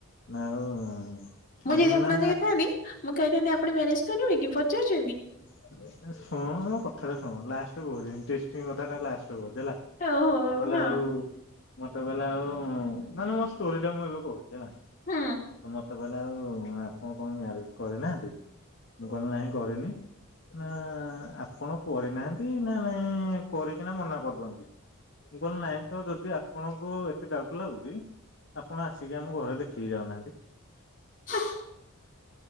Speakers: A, on the left; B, on the left.
A: ନା ଆଉ
B: ମୁଁ
A: ଆପଣ
B: ଯଦି ଆପଣଙ୍କ
A: ନା
B: ଜାଗାରେ ଥାନ୍ତି ମୁଁ କହିଥାନ୍ତି ଆପଣ ମ୍ୟାରେଜ କରିବେକି ପଚାରୁଛନ୍ତି?
A: <unintelligible> ମୋ କଥାଟା ଶୁଣ ଲାଷ୍ଟରେ କହୁଛି ଇଣ୍ଟଷ୍ଟିଂ କଥା ଟା ଲାଷ୍ଟରେ କହୁଛି। ହେଲା
B: ଓହୋ
A: ମତେ କହିଲା
B: ହଁ
A: ଆଉ ମତେ କହିଲା ଆଉ ମାନେ ମୋ ଷ୍ଟୋରି ଟା ମୁଁ ଏବେ କହୁଛି। ହେଲା ତ
B: ହଁ
A: ମତ ମତେ କହିଲା ଆଉ ଆପଣ କଣ ମ୍ୟାରେଜ କରିନାହାନ୍ତି ମୁଁ କହିଲି ନାହିଁ କରିନି। ନା ଆପଣ କରିନାହାନ୍ତି ନା ନାଇଁ କରିକିନା ମନା କରୁଛନ୍ତି। ମୁଁ କହିଲି ନାଇଁ ତ ଯଦି ଆପଣଙ୍କୁ ଏତେ ଡାଉଟ୍ ଲାଗୁଛି। ଆପଣ ଆସିକି ଆମ ଘରେ ଦେଖିକି ଯାଉନାହାନ୍ତି।
B: <unintelligible>